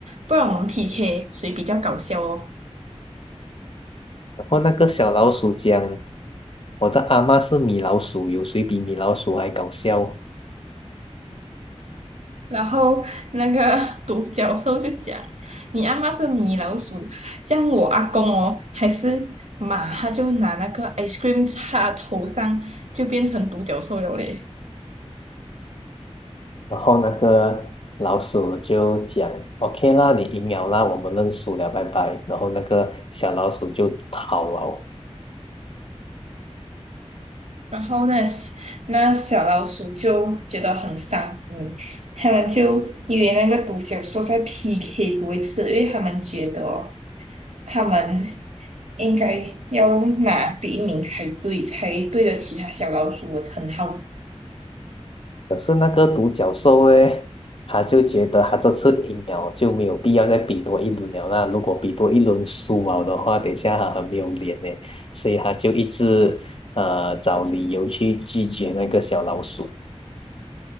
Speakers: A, on the right; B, on the left.
A: 不然我们 PK 谁比较搞笑哦。
B: 然后那个小老鼠讲：“我的阿嬷是米老鼠，有谁比米老鼠还搞笑？”
A: 然后那个 <laughs> 独角兽就讲，你阿妈是米老鼠，这样我阿公哦还是马，他就拿那个 ice cream 擦头上，就变成独角兽了嘞。
B: 然后那个老鼠就讲：“OK 啦，你赢了啦，我们认输了，拜拜。”然后那个小老鼠就跑了。
A: 然后那那小老鼠就觉得很伤心，他们就以为那个独角兽在 PK 多一次，因为他们觉得哦他们应该要拿第一名才对，才对得起他小老鼠的称号。
B: 可是那个独角兽诶，他就觉得他这次赢了就没有必要再比多一轮了那如果比多一轮输了的话，等一下他很没有脸呢，所以他就一直呃找理由去拒绝那个小老鼠。